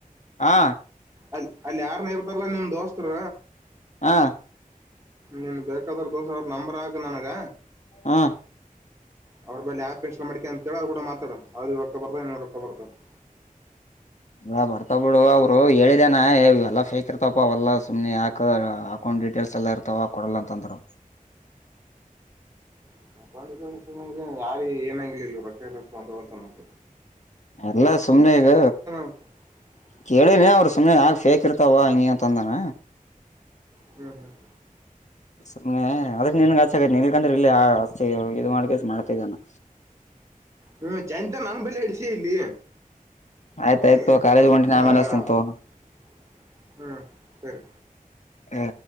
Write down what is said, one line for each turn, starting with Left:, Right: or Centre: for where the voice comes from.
Left: ಹಾ
Right: ಅಲ್ ಅಲ್ಲಿ ಯಾರ್ನ ಇರ್ಬಾರಲ್ಲಾ ನಿಮ್ ದೋಸ್ತರ
Left: ಹಾ
Right: ನೀನ್ ಬೇಕಾದವ್ರ ದೋಸ ಅವ್ರ ನಂಬರ್ ಹಾಕ್ ನನಗ
Left: ಹೂಂ
Right: ಅವ್ರ ಬಲ್ಲಿ ಆ್ಯಪ್ ಇನ್ಸ್ಟಾಲ್ ಮಾಡ್ಕೆ ಅಂತ್ಹೇಳ ಅವರಿಗೂಡ ಮಾತಾಡನ್ನ ಅವ್ರಿಗೂ ರೊಕ್ಕ ಬರ್ತದ ನಿಂಗೂ ರೊಕ್ಕ ಬರ್ತದ <inaudible>
Left: ಇ ಬರ್ತಾವ ಬಿಡು ಅವರು ಹೇಳಿದೇನಾ ಎಲ್ಲಾ ಫೇಕ್ ಇರ್ತಾವ್ಪಾ ಅವಲ್ಲಾ ಸುಮ್ನೆ ಯಾಕ ಹಾಕೊಂಡ್ ಡೀಟೇಲ್ಸ್ ಎಲ್ಲ ಇರ್ತಾವ ಕೊಡಲ್ಲ ಅಂತ ಅಂತಂದ್ರವ
Right: <unintelligible> ಯಾರಿಗ್ ಏನಾಗಿಲ್ ಇಲ್ಲೆ ರೊಕ್ಕ ಬಂದವಂತನ್ನಾಕ
Left: ಎಲ್ಲ ಸುಮ್ನೆ ಇದ
Right: ಅಂತ ಹ್ಮ್
Left: ಕೇಳಿನಿ ಅವರು ಸುಮ್ನೆ ಯಾಕ ಫೇಕ್ ಇರ್ತಾವ ಹಂಗೆ ಅಂ ತಂದನ
Right: ಹ್ಮ್ ಹ್ಮ್
Left: ಸುಮ್ನೆ ಅದ ನಿನ್ಗಚ ಆಗೈ ನಿಲ್ಗಂದ್ರೆ ಇಲ್ಲಿಷ್ಟ ಇದು ಮಾಡ ಮಾಡ್ತಾಿದ್ದಾನ
Right: ಹ್ಮ್ ಚಂಜ್ ತನ ನನ್ ಬಲ್ಲಿ ಹಡ್ಸಿ ಇಲ್ಲಿ
Left: ಆಯ್ತಾಯ್ತು
Right: <unintelligible>
Left: ಕಾಲೇಜ್ ಹೊಂಟಿನ ಆಮೇಲೆ ಹಚ್ತೀನಿ ತಗೋ
Right: ಹ್ಮ್ ಸರಿ
Left: ಹಾ